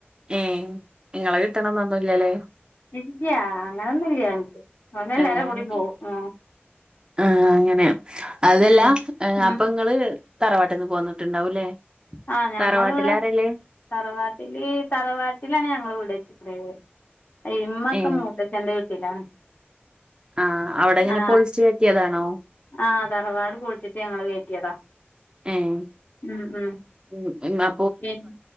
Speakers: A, on the right; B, on the left.
A: ഏഹ് ഇങ്ങളെ കിട്ടണന്നൊന്നുല്ലലേ
B: ഇല്യ അങ്ങനൊന്നുല്യ അവൻക്ക് അവന് എല്ലാരെകൂടിം
A: ഏഹ്
B: പോകും ഉം
A: ആഹ് അങ്ങനെ അതെല്ലാ
B: ഉം ഉം
A: അപ്പങ്ങള് തറവാട്ട്ന്ന് പോന്ന്ട്ട്ണ്ടാവുംല്ലേ
B: ആഹ് ഞങ്ങളിവിടെ
A: തറവാട്ടിലാരാ ഉള്ളെ
B: തറവാട്ടില് തറവാട്ടിലാണ് ഞങ്ങള് വീട് വച്ചിരിക്കുന്നത് ഇമ്മക്കെ
A: ഏഹ്
B: മൂത്തച്ഛന്റെ വീട്ടിലാണ്
A: ആഹ് അവിടെ ഇങ്ങനെ
B: ആഹ്
A: പൊളിച്ചു കെട്ടിയതാണോ
B: ആഹ് തറവാട് പൊളിച്ചിട്ട് ഞങ്ങള് കെട്ടിയതാ
A: ഏഹ്
B: ഉം ഉം
A: ഉം എന്ന-
B: പിന്ന